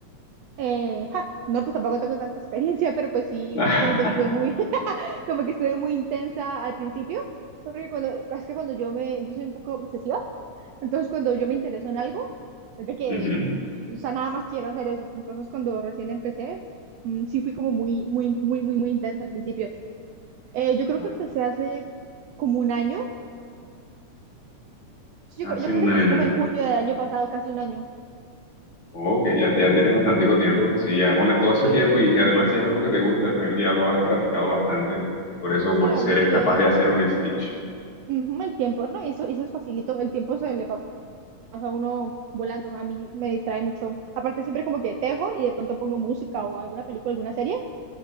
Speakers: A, on the right; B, on the left.
A: Eh, ja, no, pues tampoco tengo tanta experiencia, pero pues sí,
B: <laughs>
A: como que estuve muy, <laughs> como que estuve muy intensa al principio, porque cuando, es que cuando yo me, yo soy un poco obsesiva, entonces cuando yo me intereso en algo, es de que,
B: Ujú.
A: o sea, nada más quiero hacer eso. Entonces cuando recién empecé, mm, sí fui como muy, muy, muy, muy, muy intensa al principio. Eh, yo creo
B: Ujú.
A: que empecé hace como un año, Sí,
B: Hace
A: yo, creo- yo creo
B: un
A: que empecé
B: año.
A: como en junio del año pasado, casi un año.
B: Ok, ya, ya tienes bastante tiempo. Sí, ya con todo ese
A: Sí,
B: tiempo y si además si es algo que te gusta, imagino que ya lo habrás practicado bastante y por eso
A: sí,
B: pues
A: la verdad
B: eres
A: es que
B: capaz de hacer un Stitch.
A: Ujú, El tiempo, ¿no? Y eso, y eso es facilito. El tiempo se le pa- pasa a uno volando. A mí me distrae mucho. Aparte, siempre como que tejo y de pronto pongo música o alguna película, alguna serie.